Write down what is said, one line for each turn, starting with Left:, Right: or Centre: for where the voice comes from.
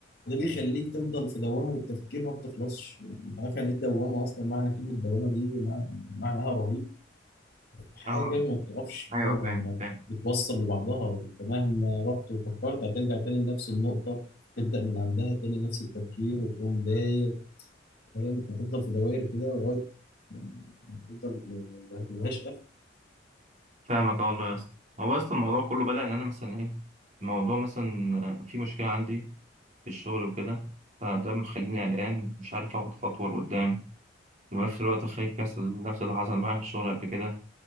Left: ده بيخليك تفضل في دوامه التفكير ما بتخلصش مش عارف يعني ايه دوامه اصلا معنى كلمه دوامه دي مع- معناها رهيب حاجه
Right: اه
Left: ما بتقفش
Right: ايوه
Left: حاجه ما
Right: فاهم
Left: ما
Right: فاهم
Left: بتوصل لبعضها انت مهما رحت وفكرت هترجع تاني لنفس النقطه تبدا من عندها تاني نفس التفكير وتقوم داير فاهم هتفضل في دوائر كده لغايه ما- ما- ما- هتفضل ملهاش اخر
Right: فاهمك آه والله يا اسطى هو يا اسطى الموضوع كله بدأ ان انا مثلا ايه الموضوع مثلا في مشكله عندي في الشغل وكده فده مخليني قلقان مش عارف اخد خطوه لقدام وفي نفس الوقت خايف يحصل نفس اللي حصل معايا في الشغل قبل كده